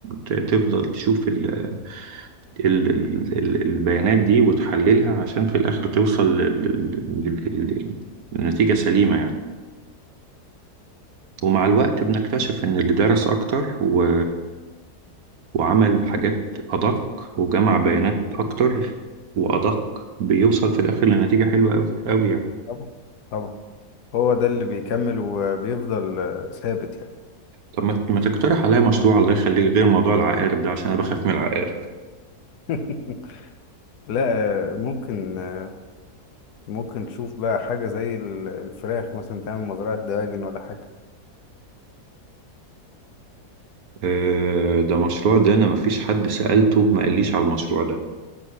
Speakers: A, on the right; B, on the left.
A: تفضل
B: مم.
A: تشوف ال... ال... ال... ال- البيانات دي وتحللها عشان في الاخر توصل لل... لل... لل... للنتيجة سليمة يعني ومع الوقت بنكتشف ان اللي درس اكتر و... وعمل حاجات أدق وجمع بيانات أكتر وأدق بيوصل في الآخر لنتيجة حلوة أوي أوي يعني
B: طبعا طبعا هو ده اللي بيكمل وبيفضل آه، ثابت يعني
A: طب ما ما تقترح عليا مشروع الله يخليك غير موضوع العقارب ده عشان أنا بخاف من العقارب
B: <laughs> لا آه، ممكن آه، ممكن تشوف بقى حاجة زي ال- الفراخ مثلا تعمل مزرعة دواجن ولا حاجة
A: آه ده مشروع ده أنا مفيش حد سألته ما قاليش على المشروع ده